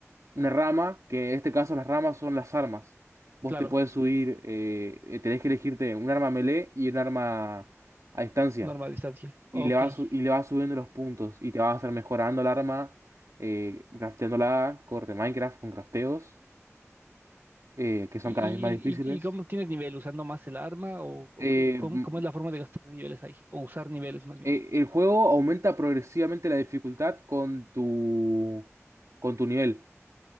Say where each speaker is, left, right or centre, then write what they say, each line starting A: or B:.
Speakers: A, on the right; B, on the right.
A: una rama, que en este caso las ramas son las armas. Vos
B: claro,
A: te puedes subir, eh, eh, tenés que elegirte un arma melee y un arma a distancia.
B: norma de distancia. Ok.
A: y le vas,
B: ¿Y,
A: su- y le vas subiendo los puntos y te vas a estar mejorando el arma, eh, crafteándola, corte Minecraft con crafteos, eh, que son
B: y,
A: cada vez más difíciles.
B: y y cómo tienes nivel? ¿Usando más el arma? ¿O, o
A: Eh,
B: qué- cómo,
A: m-
B: cómo es la forma de gastar niveles ahí? O usar niveles más bien.
A: eh, el juego aumenta progresivamente la dificultad con tu, con tu nivel.